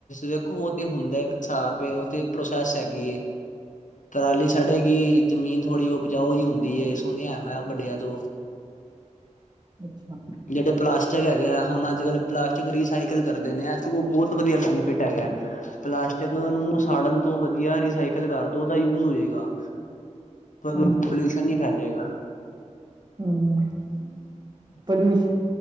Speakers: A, on the left; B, on the right.
A: ਦੇਖੋ ਉਹ ਤੇ ਹੁੰਦਾ ਇੱਕ ਹਿਸਾਬ ਉਹ ਤੇ ਪ੍ਰੋਸੈਸ ਹੈਗੀ ਏ। ਪਰਾਲੀ ਸੜੇਗੀ। ਜ਼ਮੀਨ ਥੋੜ੍ਹੀ ਉਪਜਾਊ ਜਿਹੀ ਹੁੰਦੀ ਏ ਸੁਣਿਆ ਮੈਂ ਵੱਡਿਆਂ ਤੋਂ।
B: ਅੱਛਾ।
A: ਜਿਹੜੇ ਪਲਾਸਟਿਕ ਹੈਗੇ ਆ ਹੁਣ ਅੱਜ ਕੱਲ੍ਹ ਪਲਾਸਟਿਕ ਰੀਸਾਈਕਲ ਕਰਦੇ ਨੇ। ਏ ਸਗੋ ਬਹੁਤ ਵਧੀਆ ਬੈਨੀਫਿਟ ਹੈਗਾ। ਪਲਾਸਟਿਕ ਨੂੰ ਸਾੜਨ ਤੋਂ ਵਧੀਆ ਰੀਸਾਈਕਲ ਕਰਦੋ। ਉਹਦਾ ਯੂਜ ਹੋਏ ਗਾ। ਪੋਲਿਊਸ਼ਨ
B: ਹਾਂਜੀ
A: ਨਹੀਂ ਫੈਲੇਗਾ।
B: ਹਮ। ਪੋਲਿਊਸ਼